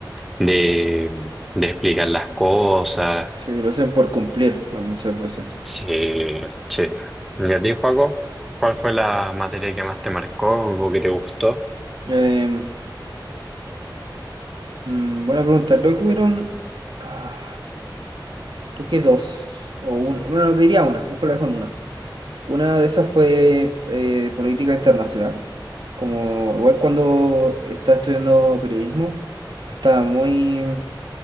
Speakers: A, in the centre; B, on the right.
A: de, de explicar las cosas.
B: Sí, lo hacen por cumplir ah, muchas veces.
A: Sí, sí. ¿Y a ti, Paco? ¿Cuál fue la materia que más te marcó o que te gustó?
B: Em, mm, buena pregunta. Creo que hubieron, ah, creo que dos o una. Bueno, diría una, mejor la dejo en una. Una de esas fue eh, política internacional. Como igual cuando estaba estudiando periodismo, estaba muy, mm,